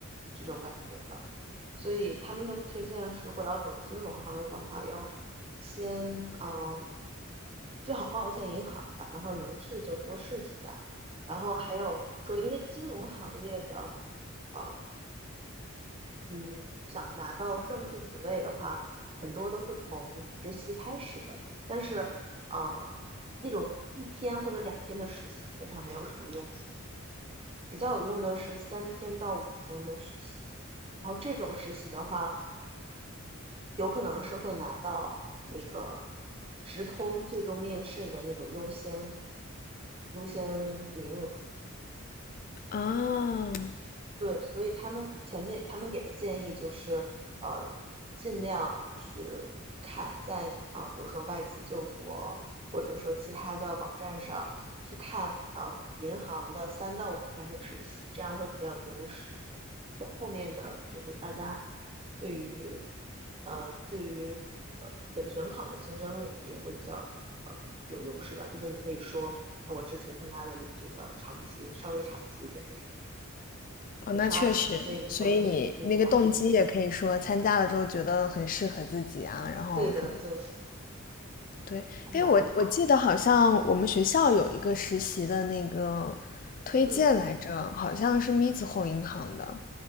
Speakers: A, on the right; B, on the left.
A: 这种感觉的。所以他们的推荐是，如果要走金融行业的话，要先嗯最好报一下银行吧，然后能试就多试几家。然后还有说，因为金融行业的呃嗯想拿到正式职位的话，很多都是从实习开始的，但是呃那种一天或者两天的实习基本上没有什么用处，比较有用的是三天到五天的实习。然后这种实习的话，有可能是会拿到那个直通最终面试的那种优先优先名额。
B: 啊，
A: 对，所以他们前面他们给的建议就是，呃，尽量去看在呃，比如说外资救国或者说其他的网站上去看呃银行的三到五天的实习，这样会比较有优势。在后面的就是大家对于呃对于呃本选考的竞争力也会比较呃有优势吧，毕竟你可以说呃我之前参加了你这个长期稍微长期一点的。
B: 哦，
A: HR
B: 那确实，
A: 什么的对你会有一点印象的。
B: 所以你那个动机也可以说参加了之后觉得很适合自己啊，然后什么
A: 对的，就是
B: 对，
A: 还蛮好。
B: 哎，我我记得好像我们学校有一个实习的那个推荐来着，
A: 嗯，
B: 好像是 Mizuho 银行的。